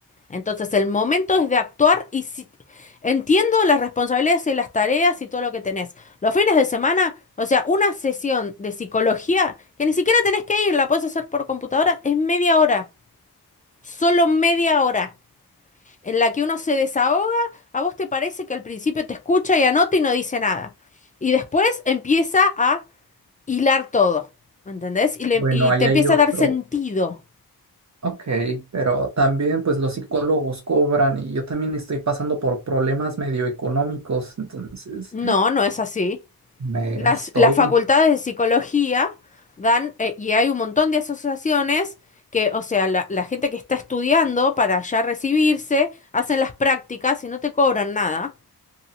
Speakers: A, on the left; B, on the right.
A: Entonces el momento es de actuar y si... entiendo las responsabilidades y las tareas y todo lo que tenés. Los fines de semana, o sea, una sesión de psicología que ni siquiera tenés que ir, la podés hacer por computadora, es media hora, solo media hora, en la que uno se desahoga, a vos te parece que al principio te escucha y anota y no dice nada. Y después empieza a hilar todo, ¿entendés? Y, le-
B: Bueno,
A: y
B: ahí
A: te
B: hay
A: empieza
B: otro.
A: a dar sentido.
B: Ok, pero también pues los psicólogos cobran y yo también estoy pasando por problemas medio económicos, entonces
A: No, no es así.
B: me
A: Las,
B: estoy
A: las facultades de psicología dan, eh, y hay un montón de asociaciones que, o sea, la, la gente que está estudiando para ya recibirse, hacen las prácticas y no te cobran nada.